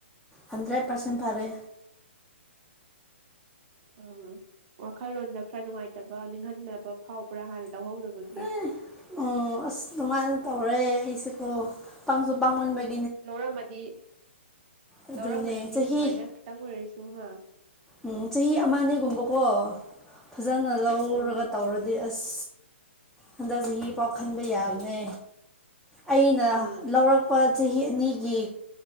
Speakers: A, in the centre; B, on the right (about 40°).
A: ꯍꯟꯗ꯭ꯔꯦꯠ ꯄꯥꯔꯁꯦꯟ ꯐꯔꯦ
B: ꯎꯝ ꯋꯥꯈꯜꯂꯣꯟꯗ ꯈꯔ ꯅꯨꯡꯉꯥꯏꯇꯕ ꯅꯤꯡꯍꯟꯅꯗꯕ ꯐꯥꯎꯕ꯭ꯔꯥ ꯍꯥꯟꯅ ꯂꯧꯍꯧꯗꯕꯒꯤ
A: ꯑꯦ ꯎꯝ ꯑꯁ ꯗꯨꯃꯥꯏꯅ ꯇꯧꯔꯦ ꯑꯩꯁꯤꯀꯣ ꯄꯪꯁꯨ ꯄꯪꯃꯟꯕꯒꯤ
B: ꯂꯧꯔꯝꯃꯗꯤ
A: ꯑꯗꯨꯅꯦ
B: ꯂꯧꯔꯝꯃꯗꯤ
A: ꯆꯍꯤ
B: ꯁꯨꯃꯥꯏꯅ ꯈꯤꯇꯪ ꯑꯣꯏꯔꯁꯨ ꯍꯥ
A: ꯎꯝ ꯆꯍꯤ ꯑꯃꯅꯤꯒꯨꯝꯕꯀꯣ ꯐꯖꯅ ꯂꯧꯔꯒ
B: ꯎꯝ
A: ꯇꯧꯔꯗꯤ ꯑꯁ ꯍꯟꯗꯛ ꯆꯍꯤ ꯐꯥꯎ ꯈꯟꯕ ꯌꯥꯕꯅꯦ ꯑꯩꯅ
B: ꯎꯝ
A: ꯂꯧꯔꯛꯄ ꯆꯍꯤ ꯑꯅꯤꯒꯤ